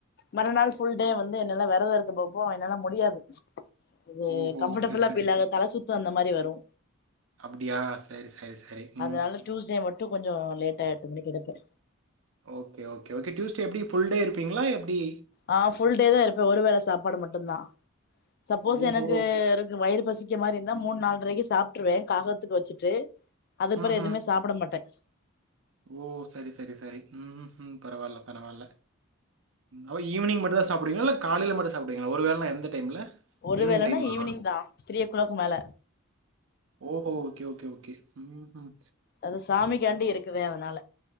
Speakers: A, on the left (about 50°); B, on the right (about 65°).
A: மறுநாள் ஃபுல் டே வந்து என்னால வெரத இருக்க பாப்போ என்னால முடியாது இது
B: ஓஹோ
A: கம்ஃபர்டபுளா
B: செரி செரி
A: ஃபீல் ஆகத் தல சுத்து வந்த மாரி வரு
B: அப்டியா செரி செரி செரி
A: அதனால
B: ம் ம்
A: டூஸ்டே மட்டு கொஞ்சோ லேட்டா எட்டு மணிக்கு எடுப்பே
B: ஓகே ஓகே ஓகே டியூஸ்டே எப்டி புல் டே இருப்பீங்ளா எப்டி
A: ஆ ஃபுல் டே தா இருப்பே ஒருவேளை சாப்பாடு மட்டு தா சப்போஸ்
B: ஓஹோ!
A: எனக்கு எனக் வயிறு பசிக் க்கு மாரி இருந்தா மூண் நால்ட்ரைக்கி சாப்பிட்டுருவே காகத்துக்கு வச்சிட்டு அதுப்பறோ
B: ம்ஹ்ம்.
A: எதுவுமே சாப்ட மாட்டே
B: ஓ சரி சரி சரி ம் ம் பரவால்ல பரவால்ல ஓ ஈவினிங் மட்டுந்தா சாப்டுவிங்களா இல்ல காலைல மட்டு சாப்டுவிங்களா ஒரு வேலைனா எந்த டைம்ல
A: ஒரு
B: ஈவினிங்
A: வேளனா
B: டைமா?
A: ஈவினிங் தா த்ரீ ஓ கிளாக் மேல
B: ஓஹோ ஓகே ஓகே ஓகே ம் ம்
A: அது சாமி காண்டி இருக்குவே அதனால